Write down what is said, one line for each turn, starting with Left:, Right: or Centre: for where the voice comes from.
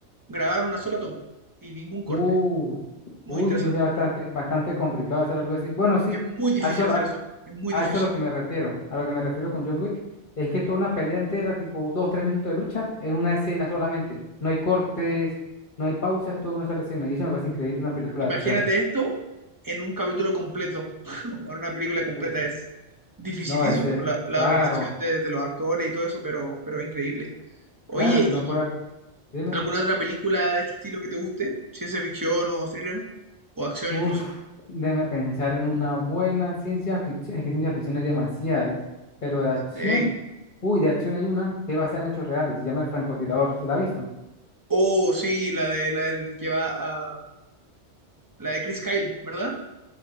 Right: grabaron una sola toma y ningún corte.
Left: Uh,
Right: Muy
Left: uy,
Right: interesante.
Left: tiene que ser bastante, bastante complicado hacer algo así. Bueno, sí,
Right: Es muy difícil
Left: a eso,
Right: hacer
Left: a,
Right: eso. Es muy
Left: a
Right: difícil.
Left: eso es lo que me refiero. A lo que me refiero con John Wick es que toda una pelea entera, tipo dos, tres minutos de lucha, es una escena solamente. No hay cortes, no hay pausas, toda una sola escena. Y eso me parece increíble, en una película
Right: Imagínate
Left: de acción.
Right: esto en un capítulo completo, <laughs> o en una película completa.
Left: Uf,
Right: Es dificilísimo
Left: no, ese,
Right: la, la
Left: claro,
Right: organización de, de los actores y todo eso, pero, pero es increíble. Oye,
Left: claro que
Right: ¿y
Left: no puede haber. Dime.
Right: alguna otra película de este estilo que te guste? Ciencia ficción o thriller, o acción
Left: Uf,
Right: incluso.
Left: déjame pensar en una buena ciencia ficción. Es que ciencia ficción hay demasiadas, pero de acción.
Right: Eh,
Left: Uy, de acción hay una que es basada en hechos reales. Se llama El francotirador. ¿Se la ha visto?
Right: oh, sí, la de la del que va a. La de Chris Kyle, ¿verdad?